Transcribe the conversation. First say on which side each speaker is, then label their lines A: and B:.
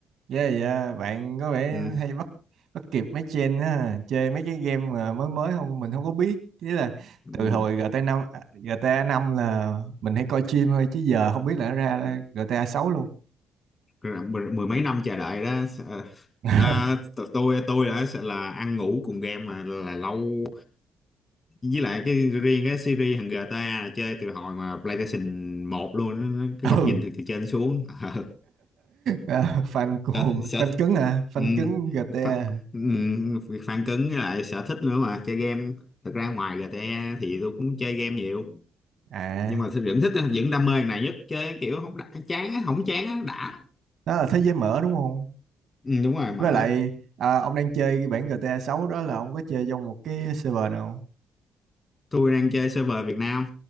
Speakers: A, on the right (about 70°); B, on the left (about 30°).
A: yeah, yeah, bạn có vẻ
B: ừ,
A: hay bắt bắt kịp mấy trend á, chơi mấy cái game mà mới mới không mình không có biết. Ý là
B: ừ,
A: từ hồi GTA năm, à, GTA năm là mình hay coi stream thôi chứ giờ không biết là nó ra
B: ừ.
A: GTA sáu luôn.
B: Rồi mười, mười mấy năm chờ đợi đó Ờ,
A: <laughs>
B: ta, t- tôi tôi đã sợ là ăn ngủ cùng game mà là lâu với lại cái riêng cái series thằng GTA là chơi từ hồi mà PlayStation một luôn nó, nó, cái
A: Ừ.
B: góc nhìn từ từ trên xuống <laughs>
A: À, fan cuồng,
B: Ờ, sở,
A: fan
B: sở,
A: cứng à, fan
B: ừ,
A: cứng GTA.
B: phản, ừ, việc phản cứng với lại sở thích nữa mà chơi game thật ra ngoài GTA thì tôi cũng chơi game nhiều
A: À,
B: nhưng mà tôi vẫn thích vẫn đam mê cái này nhất chơi kiểu không đã, chán á không chán á đã
A: đó là thế giới mở đúng không?
B: ừ, đúng rồi mở
A: với lại à, ông đang chơi cái bản GTA 6 đó là ông có chơi trong một cái server nào không
B: tôi đang chơi server Việt Nam